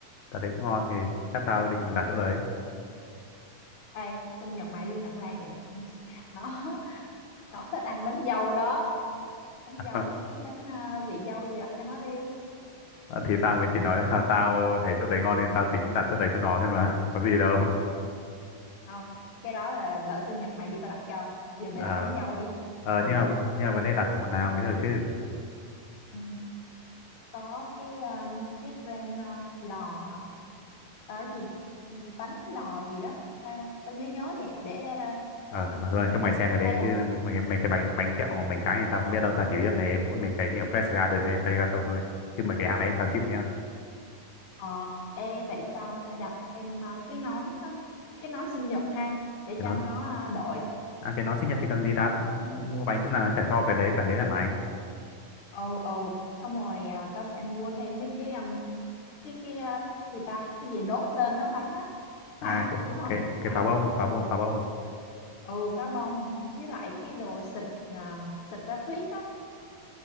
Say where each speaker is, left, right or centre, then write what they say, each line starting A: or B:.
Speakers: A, on the left; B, on the left.
A: tao thấy cũng ngon thì chắc tao định đặt chỗ đấy
B: Ê, sinh nhật mày sinh nhật Lan vậy <laughs> nó nó thích ăn bánh dâu đó bánh
A: <laughs>
B: dâu chắc kiếm bánh ờ, vị dâu gì đặt cho nó đi
A: Ờ, thì tao mới
B: trời
A: chỉ nói là
B: ơi.
A: <laughs> tao thấy chỗ đấy ngon nên tao tính đặt chỗ đấy cho nó thôi mà <laughs> có gì đâu
B: không cái đó là đợi sinh nhật mày đi tao đặt cho giờ mày
A: Ờ,
B: đặt bánh dâu đi
A: ờ,
B: ừ
A: nhưng mà nhưng mà vấn đề đặt của bọn nào mới được chứ
B: Ừ. có cái um, cái brand ờ, lò hả Ờ cái gì bánh lò gì đó tao tao nhớ nhớ vậy để ờ,
A: ờ
B: để
A: mà
B: coi
A: thôi
B: thử
A: cho mày xem cái
B: hay
A: đấy
B: là
A: chứ mấy cái mấy cái bánh bánh kẹo mà bánh trái này tao không biết đâu tao chỉ biết mấy mỗi mấy cái nhiều Fresh Garden hay Pregato thôi chứ mấy cái hãng đấy tao chịu nhá
B: ờ ê vậy tao sẽ đặt thêm ờ, cái nón ờ, cái nón sinh nhật ha để
A: cái
B: cho
A: nó
B: nó ờ, đội
A: à, cái nó sinh nhật thì cần gì đã mua mua bánh thế nào nó chả cho cái đấy cần đấy là mày
B: ừ ừ xong rồi à, tao sẽ mua thêm mấy cái um, cái cái à, gì ta cái gì đốt lên nó bắn á pháo
A: à cái
B: đúng rồi
A: cái cái
B: pháo
A: pháo bông pháo bông pháo bông
B: ừ pháo bông với lại cái đồ xịt à, xịt ra tuyết á